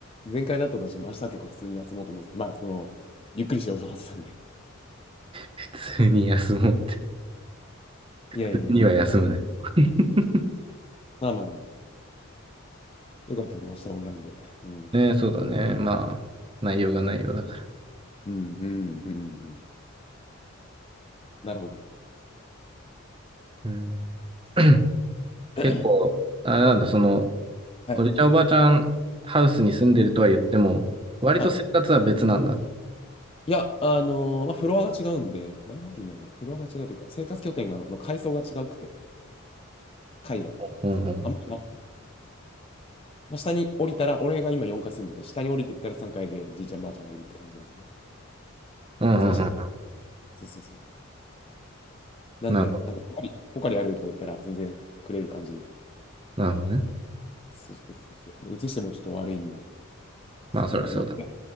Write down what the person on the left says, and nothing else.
前回だったとしても、明日は結構普通に休もうと思ってたまあ、その、ゆっくりしようと思ってたんで。
いやいやいや、
まあまあまあ。よかったよ、明日オンラインで。うん。
うんうんうんうんうん。なるほど。
<clears throat>
はい。
はい。いや、あのーまあ、フロアが違うんで、なん、なんて言うんだろうな、フロアが違うというか、生活拠点がの階層が違くて、階が、
その、あんまり合わない。まあ、下に降りたら、俺が今4階住んでて、下に降りていったら3階でじいちゃんばあちゃんがいるって感じなんですよね。
難しいな。そうそうそう。なんで、
なんかポカリ、ポカリあるとか言ったら、全然くれる感じ。
そうそうそうそう。で、移してもちょっと悪いんで、そう。
まあ、